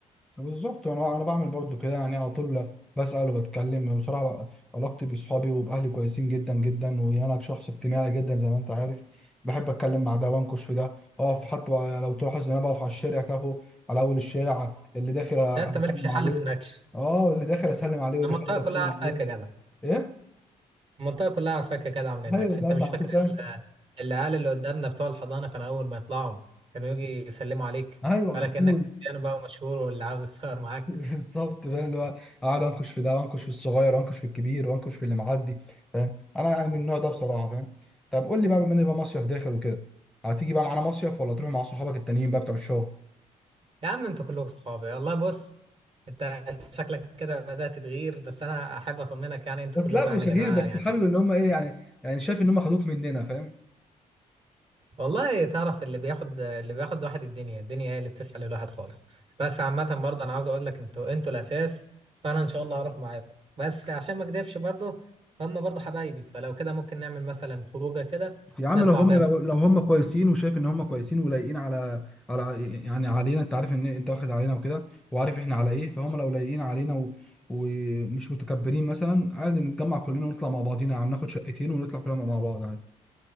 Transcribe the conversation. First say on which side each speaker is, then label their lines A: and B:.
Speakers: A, in the centre; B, on the right (about 40°).
A: بالظبط انا انا بعمل برضو كده يعني على طول بسأل وبتكلم بصراحة علاقتي بصحابي وبأهلي كويسين جدا جدا وانا شخص اجتماعي جدا زي ما انت عارف بحب اتكلم مع ده وانكش في ده اقف حتى لو تلاحظ ان انا بقف على الشارع كافو على اول الشارع اللي داخل اسلم
B: لا أنت مالكش حل
A: عليه
B: في النكش
A: اه اللي داخل اسلم عليه واللي
B: المنطقة
A: خارج
B: كلها
A: اسلم
B: عارفاك
A: عليه
B: يا جدع
A: ايه
B: المنطقة كلها عارفاك يا جدع من هناك
A: ايوه بجد
B: انت مش
A: على
B: فاكر
A: طول فاهم
B: ال- العيال اللي قدامنا بتوع الحضانة كانوا أول ما يطلعوا كانوا يجي يسلموا عليك
A: ايوه على
B: قالك
A: طول
B: إنك يعني بقى مشهور واللي عاوز يتصور معاك
A: بالظبط فاهم اللي هو اقعد انكش في ده وانكش في الصغير وانكش في الكبير وانكش في اللي معدي فاهم انا يعني من النوع ده بصراحه فاهم طب قول لي بقى بما ان بقى مصيف داخل وكده هتيجي بقى معانا مصيف ولا تروح مع صحابك التانيين بقى بتوع الشغل
B: يا عم انتوا كلكم صحابي والله بص انت شكلك كده بدأت تتغير بس أنا أحب أطمنك يعني انتوا
A: بس
B: كلكم
A: لا مش
B: يعني يا
A: غير
B: جماعة
A: بس
B: يعني
A: حابب اللي هم ايه يعني يعني شايف ان هم خدوك مننا فاهم
B: والله تعرف اللي بياخد اللي بياخد الواحد الدنيا الدنيا هي اللي بتسحل الواحد خالص بس عامة برضه أنا عاوز أقول لك أنتوا أنتوا الأساس فأنا إن شاء الله هروح معاكم بس عشان ما أكدبش برضه هم برضه حبايبي فلو كده ممكن نعمل مثلا خروجة كده
A: يا عم
B: نطلع
A: لو هم
B: بيها
A: لو, لو هم كويسين وشايف ان هم كويسين ولايقين على على يعني علينا انت عارف ان انت واخد علينا وكده وعارف احنا على ايه فهم لو لايقين علينا و... ومش متكبرين مثلا عادي نتجمع كلنا ونطلع مع بعضينا يا عم ناخد شقتين ونطلع كلنا مع بعض عادي